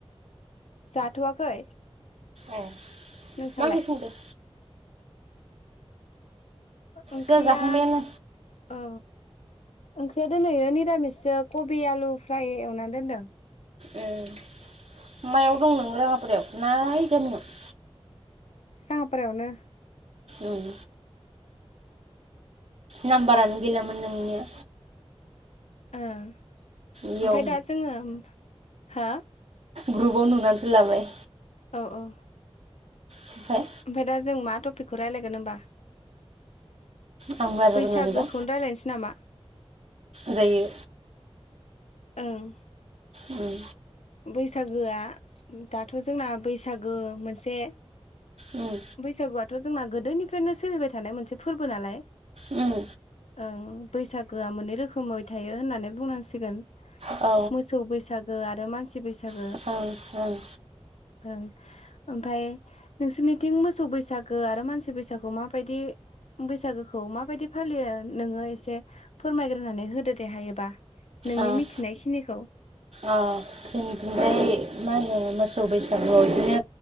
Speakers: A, on the left (about 85°); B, on the right (about 70°).
A: जाथ'वाखै
B: ओ
A: नोंसालाय
B: मा ओंख्रि सोंदों।
A: ओंख्रिया
B: जोंहा जाखांबायानो
A: औ ओंख्रिया दोनहैयो निरामिसो कबि आलु फ्राय एवनानै दोनदों।
B: ओम मायाव दं नों राङाफायाव ना ओम गामियाव।
A: <unintelligible>
B: ओम नाम्बारानो गैलामोन नोंनिया
A: ओ ओमफ्राय
B: इयाव
A: दा जोङो हो
B: ग्रुपआव नुनानैसो लाबाय
A: औ औ
B: ओमफ्राय
A: ओमफ्राय दा जों मा टपिकखौ राय्लायगोन होनोमबा
B: आं बारा
A: बैसागोखौनो
B: रोङानोबा
A: राय्लायनोसै नामा
B: जायो।
A: ओं
B: उम
A: बैसागोआ दाथ' जोंना बैसागो मोनसे
B: उम
A: बैसागुआथ' जोंना गोदोनिफ्रायनो सोलिबाय थानाय मोनसे फोरबो नालाय
B: उम
A: ओं बैसागोआ मोननै रोखोमै थायो होननानै बुंनांसिगोन
B: औ
A: मोसौ बैसागो आरो मानसि बैसागो
B: ओं ओं
A: ओं ओमफाय नोंसोरनिथिं मोसौ बैसागो आरो मानसि बैसागु माबायदि बैसागोखौ माबायदि फालियो नोङो एसे फोरमायग्रोनानै होदो दे हायोबा नोंनि
B: ओं
A: मिथिनायखिनिखौ
B: अ जोंथिनजाय मा होनो मोसौ बैसागुआव बिदिनो